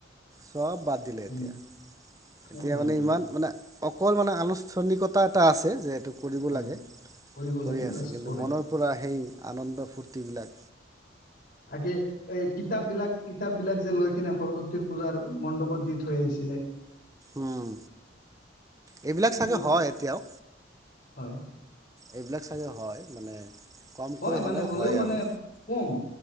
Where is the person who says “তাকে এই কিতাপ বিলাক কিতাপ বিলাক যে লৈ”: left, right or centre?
Left